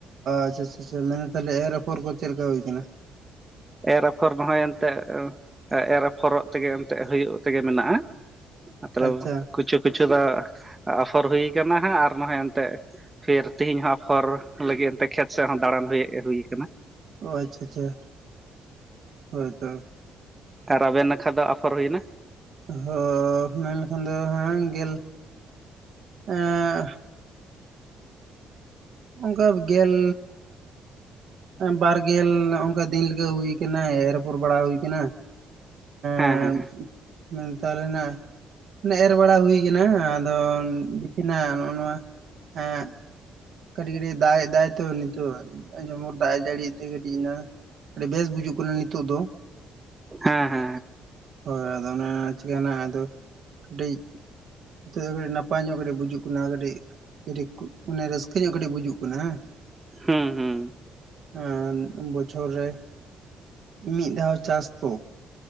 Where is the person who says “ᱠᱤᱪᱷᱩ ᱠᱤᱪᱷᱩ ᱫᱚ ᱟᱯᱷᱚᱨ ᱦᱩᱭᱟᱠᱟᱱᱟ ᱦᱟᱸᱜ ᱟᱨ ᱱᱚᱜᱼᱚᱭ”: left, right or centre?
Right